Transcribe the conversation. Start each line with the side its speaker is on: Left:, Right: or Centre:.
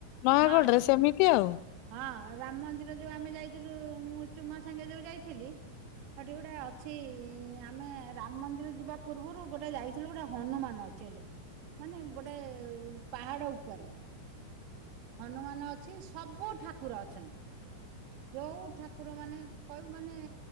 Left: ନୟାଗଡ
Right: ହଁ
Left: ରେ ସେମିତି ଆଉ।
Right: ହଁ ରାମ ମନ୍ଦିର ଯେଉ ଆମେ ଯାଇଥିଲୁ ମୁଁ ଚୁମା ସାଙ୍ଗେ ଯଉ ଯାଇଥିଲି ସେଠି ଗୋଟା ଅଛି ଆମେ ରାମ ମନ୍ଦିର ଯିବା ପୂର୍ବରୁ ଗୋଟେ ଯାଇଥିଲୁ ଗୋଟେ ହନୁମାନ ଚଲ ମାନେ ଗୋଟେ ପାହାଡ ଉପରେ। ହନୁମାନ ଅଛି ସବୁ ଠାକୁର ଅଛନ୍ତି। ଯୋଉ ଠାକୁର ମାନେ କହିବୁ ମାନେ